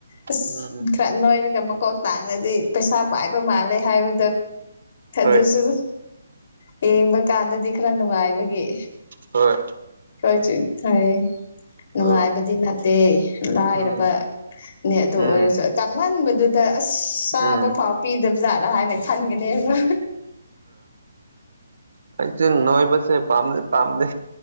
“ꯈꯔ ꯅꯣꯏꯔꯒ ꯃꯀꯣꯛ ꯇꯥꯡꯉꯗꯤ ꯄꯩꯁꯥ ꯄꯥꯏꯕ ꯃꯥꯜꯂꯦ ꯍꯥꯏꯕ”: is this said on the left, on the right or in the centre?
Left